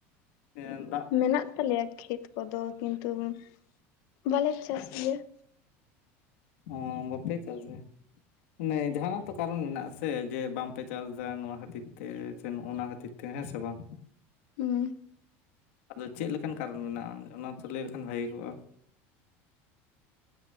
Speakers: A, on the left (about 80°); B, on the left (about 55°).
A: ᱮᱸᱫ
B: ᱢᱮᱱᱟᱜ ᱛᱟᱞᱮᱭᱟ ᱠᱷᱮᱛ ᱠᱚᱫᱚ ᱠᱤᱱᱛᱩᱝ ᱵᱟᱞᱮ ᱪᱟᱥ ᱜᱮᱭᱟ ᱾
A: ᱚᱸᱻ ᱵᱟᱯᱮ ᱪᱟᱥ ᱜᱮᱭᱟ, ᱢᱟᱱᱮ ᱡᱟᱦᱟᱸᱱᱟᱜ ᱛᱚ ᱠᱟᱨᱚᱱ ᱢᱮᱱᱟᱜᱼᱟ ᱥᱮ ᱡᱮ ᱵᱟᱝ ᱯᱮ ᱪᱟᱥ ᱮᱫᱟ ᱱᱚᱣᱟ ᱠᱷᱟᱹᱛᱤᱨ ᱛᱮ ᱥᱮ ᱱᱚᱜ-ᱚ ᱱᱚᱣᱟ ᱠᱷᱟᱹᱛᱤᱨ ᱛᱮ ᱦᱮᱸ ᱥᱮ ᱵᱟᱝ?
B: ᱦᱩᱸ,
A: ᱟᱫᱚ ᱪᱮᱫ ᱞᱮᱠᱟᱱ ᱠᱟᱨᱚᱱ ᱢᱮᱱᱟᱜᱼᱟᱝ ᱚᱱᱟ ᱛᱚ ᱞᱟᱹᱭ ᱞᱮᱠᱷᱟᱱ ᱵᱷᱟᱹᱜᱤ ᱠᱚᱜᱼᱟ?